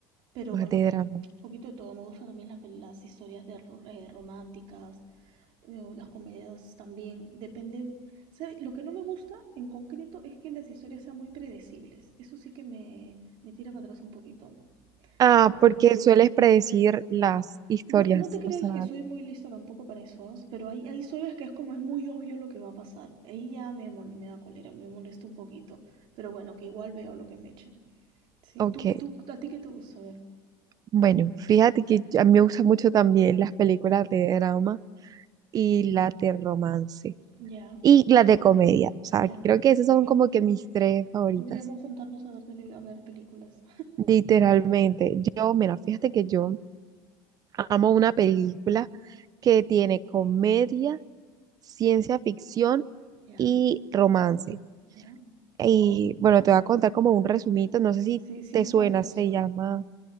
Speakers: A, on the right; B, on the right.
A: Pero
B: más
A: bueno,
B: de
A: que
B: drama.
A: un poquito de todo. Me gustan también las, pel- las historias de, ro- eh, románticas, eh, las comedias también. Depende. ¿Sabe? Lo que no me gusta en concreto es que las historias sean muy predecibles. Eso sí que me, me tira para atrás un poquito.
B: Ah,
A: Pero
B: porque sueles predecir las historias.
A: No, no te creas
B: O sea,
A: que soy muy lista tampoco para eso, pero hay, hay historias que es como es muy obvio lo que va a pasar. Ahí ya me, mol- me da cólera, me molesta un poquito. Pero bueno, que igual veo lo que me echen. Sí,
B: ok.
A: tú, tú, ¿a ti qué te gusta ver?
B: Bueno, fíjate que yo- a mí me gustan mucho también las películas de drama y las de romance.
A: Ya,
B: Y las de comedia. O sea,
A: ya.
B: creo que esas son
A: Igual,
B: como que mis
A: mira,
B: tres favoritas.
A: podríamos juntarnos a ver, tele- a ver películas.
B: Literalmente. Yo, mira, fíjate que yo amo una película que tiene comedia. ciencia ficción
A: Ya,
B: y romance.
A: ya.
B: Y bueno, te voy a contar como un resumito, no sé si
A: Sí, sin
B: te
A: spoilers
B: suena, se
A: solo.
B: llama,